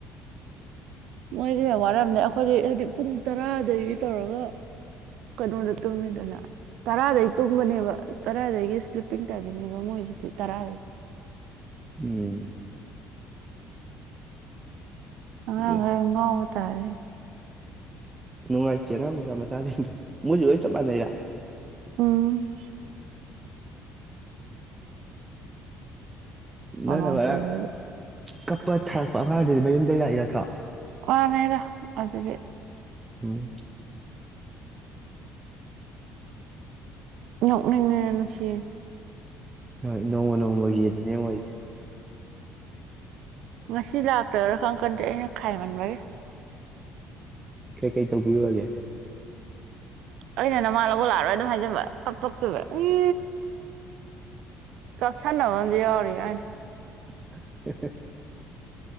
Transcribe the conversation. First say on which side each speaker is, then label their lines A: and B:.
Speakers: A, on the right; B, on the right.
A: ꯃꯣꯏꯗꯤꯅ ꯋꯥꯔꯝꯅꯦ ꯑꯩꯈꯣꯏꯗꯤ ꯍꯥꯏꯗꯤ ꯄꯨꯡ ꯇꯔꯥꯗꯒꯤ ꯇꯧꯔꯒ ꯀꯩꯅꯣꯗ ꯇꯨꯝꯃꯤꯗꯅ ꯇꯔꯥꯗꯒꯤ ꯇꯨꯝꯕꯅꯦꯕ ꯇꯔꯥꯗꯒꯤ ꯁ꯭ꯂꯤꯞꯄꯤꯡ ꯇꯥꯏꯕꯤꯅꯦꯕ ꯃꯣꯏꯁꯤꯗꯤ ꯇꯔꯥ
B: ꯎꯝ ꯑꯗꯨꯅꯤ.
A: ꯑ ꯉ ꯉꯥꯎꯕ ꯇꯔꯦ
B: ꯅꯅꯨꯡ ꯑꯏ ꯆꯦ ꯅ ꯃꯨꯁ ꯃ ꯆꯥꯖꯗꯣ ꯃꯨꯁꯨ ꯌ ꯆꯄ ꯅꯔ
A: ꯎꯝ ꯀꯩꯅꯣꯁꯨꯣꯏ
B: ꯅꯪꯅ ꯉꯔꯥꯡ ꯀꯞꯄ ꯊꯥꯔꯛꯄ ꯑꯉꯥꯡꯗꯨꯗꯤ ꯃ ꯑꯗꯨꯨꯝ ꯂꯩꯔꯛꯏ ꯅꯠꯇ꯭ꯔꯥ
A: ꯋꯥꯅꯦꯔ ꯑꯗꯨꯗꯤ
B: ꯎꯝ
A: ꯅꯣꯛꯅꯤꯡꯅꯔ ꯅꯨꯡꯁꯤꯔ
B: ꯍꯣꯏ ꯅꯣꯡꯃ ꯅꯣꯡꯃꯒꯤ ꯑꯗꯨꯅꯦ ꯑꯣꯏꯁꯦ
A: ꯉꯁꯤ ꯂꯥꯛꯇ꯭ꯔꯥ ꯈꯪ ꯀꯟꯗꯦ ꯑꯩꯅ ꯈꯥꯏꯃꯟꯕꯒꯤ
B: ꯀ ꯀꯩ ꯇꯧꯕꯤꯔꯨꯔꯒꯦ
A: ꯑꯩꯅ ꯅꯃꯥ ꯂꯧꯕ ꯂꯥꯛꯑꯔꯣꯏ ꯑꯗꯨꯝ ꯍꯥꯏꯖꯟꯕ ꯐꯛ ꯏ ꯀꯁꯟꯅꯕꯁ ꯌꯥꯎꯔꯤ ꯀꯥꯏꯅ
B: <inaudible>